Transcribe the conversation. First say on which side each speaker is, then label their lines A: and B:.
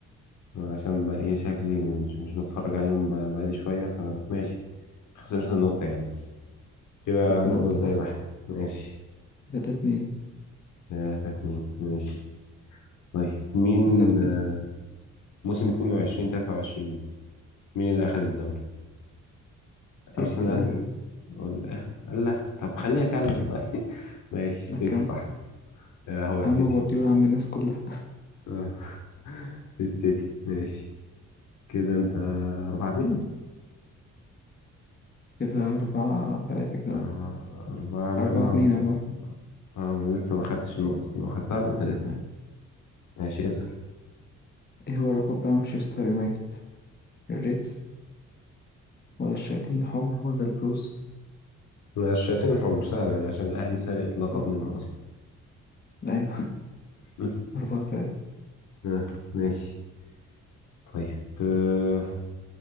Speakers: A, on the left; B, on the left.
A: عشان بقى ايه شكلي مش مش بتفرج عليهم بقى- بقالي شوية فماشي خسرت النقطة يعني كده هنفضل
B: بنقطة
A: زي ما احنا ماشي
B: تلاتة اتنين
A: تلاتة اتنين ماشي طيب مين
B: اسأل
A: آه،
B: كده
A: موسم اتنين وعشرين تلاتة وعشرين مين اللي أخد الدوري؟
B: سيتي
A: أرسنال
B: سهلة دي
A: ولا لا طب خليني أكمل طيب <laughs> ماشي السيتي
B: لا كام
A: صح آه، هو السيتي
B: عم جوارديولا عم الناس كلها
A: آه. <laughs> السيتي ماشي كده أنت أربعة اتنين
B: كده أربعة تلاتة كده
A: أربعة أربعة لا
B: أربعة
A: ما
B: اتنين أربعة اتنين
A: آه، أنا لسه ما خدتش النقطة لو خدتها يبقى تلاتة
B: أيوة.
A: ماشي اسأل
B: ايه هو لقب بقى مانشستر يونايتد الريدز ولا الشياطين الحمر ولا البلوز
A: لا، الشياطين حمر سهلة دي عشان الأهلي سرق اللقب
B: صح
A: منهم أصلا
B: لا
A: <laughs>
B: أربعة تلاتة
A: آه، ماشي طيب آه،